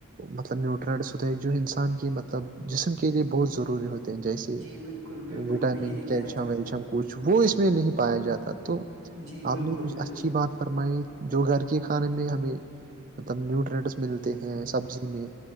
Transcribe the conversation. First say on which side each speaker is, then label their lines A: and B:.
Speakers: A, on the right; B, on the right.
A: مطلب نیوٹرنٹس ہوتے ہیں جو انسان کی مطلب جسم کے لیے بہت ضروری ہوتی <inaudible> جیسے
B: جی بالکل بالکل
A: وٹامن
B: میں یہی
A: کیلشیم
B: کہنا چاہتا
A: ویلشیم
B: تھا
A: کچھ وہ اس میں نہیں پایا جاتا تو
B: جی
A: آپ
B: بالکل
A: نے
B: بالکل
A: اچھی بات فرمائی جو گھر کے کھانے میں ہمیں مطلب نیوٹرینٹس ملتے ہیں سبزی میں